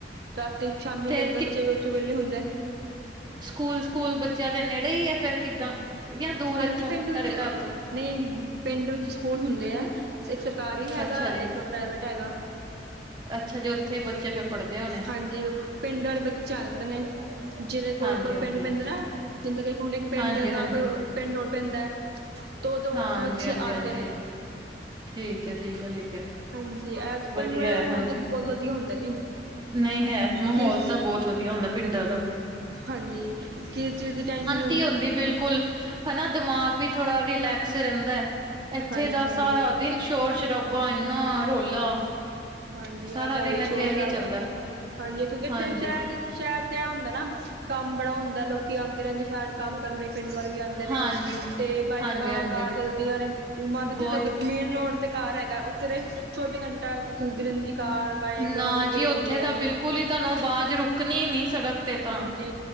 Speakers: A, on the right; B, on the right.
A: ਰਾਤੀ ਸ਼ਾਮੀ
B: ਤੇ
A: ਬੱਚੇ ਵਿੱਚੋਂ ਵੇਹਲੇ ਹੁੰਦਾ
B: ਸਕੂਲ ਸਕੂਲ ਬੱਚਿਆਂ ਦੇ ਨੇੜੇ ਹੀ ਹੈ ਫੇਰ ਕਿੱਦਾਂ ਜਾਂ ਦੂਰ
A: ਹਾਂਜੀ
B: ਇੱਥੋਂ
A: ਪਿੰਡ
B: ਤੁਹਾਡੇ
A: ਵਿੱਚ
B: ਘਰ ਤੋਂ
A: ਨਹੀਂ ਪਿੰਡ ਵਿੱਚ ਸਕੂਲ ਹੁੰਦੇ ਹੈ ਇੱਕ ਸਰਕਾਰੀ ਹੈਗਾ
B: ਅੱਛਾ ਜੀ,
A: ਇੱਕ ਪ੍ਰਾਈਵੇਟ ਹੈਗਾ
B: ਅੱਛਾ ਜੀ ਉੱਥੇ ਹੀ ਬੱਚੇ ਫੇਰ ਪੜ੍ਹਦੇ ਹੋਣੇ
A: ਹਾਂਜੀ ਪਿੰਡ ਵਾਲੇ ਬੱਚੇ ਆ ਜਾਂਦੇ ਨੇ ਜਿਹਦੇ ਕੋਲ
B: ਹਾਂਜੀ-ਹਾਂਜੀ-ਹਾਂਜੀ,
A: ਕੋਲ ਪਿੰਡ ਪੈਂਦੇ ਨਾ ਜਦੇ ਕਿ ਹੁਣ ਇੱਕ ਪਿੰਡ
B: ਹਾਂਜੀ-ਹਾਂਜੀ,
A: ਨਾ ਕੋਈ ਪਿੰਡਲ ਪੈਂਦਾ ਹੈ ਤੇੋਦੋ
B: ਹਾਂ
A: ਉਥ
B: ਹਾਂਜੀ-ਹਾਂਜੀ-ਹਾਂਜੀ
A: ਬੱਚੇ ਆਉਂਦੇ ਨੇ
B: ਠੀਕ ਹੈ, ਠੀਕ ਹੈ, ਠੀਕ ਹੈ
A: ਹਾਂਜੀ ਇਹ
B: ਵਧੀਆ
A: ਪਿੰਡ ਵਾਲ
B: ਹੈ
A: ਦਾ ਮਾਹੌਲ
B: ਹਾਂਜੀ।
A: ਤਾਂ ਬਹੁਤ ਵਧੀਆ ਹੁੰਦਾ ਜੀ
B: ਨਹੀਂ ਹੈ ਮਾਹੌਲ
A: ਕਿ
B: ਤਾਂ ਬਹੁਤ ਵਧੀਆ ਹੁੰਦਾ ਪਿੰਡਾਂ ਦਾ
A: ਹਾਂਜੀ ਕਿਸ ਚੀਜ਼ ਦੀ ਟੈਂਸ਼ਨ
B: ਤੀ ਹੁੰਦੀ ਬਿਲਕੁਲ। ਹਾਂ ਨਾ, ਦਿਮਾਗ ਵੀ ਥੋੜ੍ਹਾ ਰਿਲੈਕਸ ਰਹਿੰਦਾ ਹੈ। ਇੱਥੇ
A: ਹਾਂਜੀ
B: ਤਾਂ
A: ਹਾਂਜੀ
B: ਸਾਰਾ ਦਿਨ ਸ਼ੋਰ-ਸ਼ਰਾਬਾ, ਇੰਨਾ ਰੌਲਾ।
A: ਹਾਂਜੀ,
B: ਸਾਰਾ
A: ਆਹ ਤਾਂ ਹੈ
B: ਦਿਨ
A: ਹੀ
B: ਇੱਥੇ
A: ਸ਼ੋਰ-ਸ਼ਰਾਬਾ।
B: ਇਹੀ ਚੱਲਦਾ
A: ਹਾਂਜੀ, ਕਿਉਂਕਿ ਇੱਥੇ
B: ਹਾਂਜੀ
A: ਸ਼ਹਿ'ਚ ਸ਼ਹਿਰ ਚ ਐ ਹੁੰਦਾ ਨਾ। ਕੰਮ ਬੜਾ ਹੁੰਦਾ, ਲੋਕੀ ਆਉਂਦੇ ਰਹਿੰਦੇ। ਸ਼ਹਿਰ 'ਚ ਕੰਮ ਕਰਨ ਲਈ ਪਿੰਡ ਵਾਲੇ ਵੀ ਆਉਂਦੇ ਨੇ,
B: ਹਾਂਜੀ
A: ਤੇ ਬਾਈਕਾਂ-ਕਾਰਾਂ
B: ਹਾਂਜੀ ਹਾਂਜੀ
A: ਚਲਦੀਆਂ ਨੇ। ਮੰਨ ਲਓ ਕਿ।
B: ਬਹੁਤ
A: ਮੇਨ ਰੋਡ ਤੇ ਕਾਰ ਹੈਗਾ ਉੱਥੇ ਤੇ ਚੌਵੀ ਘੰਟਾ ਚੱਲਦੀ ਰਹਿੰਦੀ ਕਾਰ। ਬਾਈਕ
B: ਨਾ
A: ਚਲਦੀ
B: ਜੀ,
A: ਰਹਿੰਦੀ
B: ਉੱਥੇ
A: ਹੈ
B: ਤਾਂ ਬਿਲਕੁਲ ਹੀ ਤੁਹਾਨੂੰ ਆਵਾਜ਼ ਰੁਕਣੀ ਨਹੀਂ। ਸੜਕ 'ਤੇ ਤਾਂ।
A: ਜੀ।